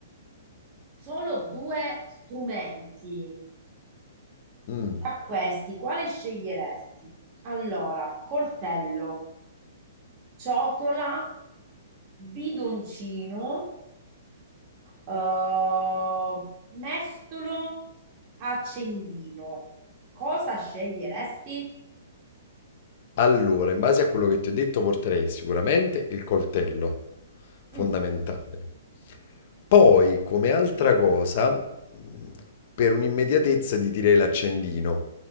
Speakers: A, on the right; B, on the left.
A: solo due strumenti,
B: Mh.
A: Tra questi, quale sceglieresti? Allora, coltello, ciotola, bidoncino, eh, mestolo, accendino. Cosa sceglieresti?
B: Allora, in base a quello che ti ho detto porterei sicuramente il coltello, fondamentale.
A: Mm,
B: Poi, come altra cosa, mhmm, per un'immediatezza ti direi l'accendino,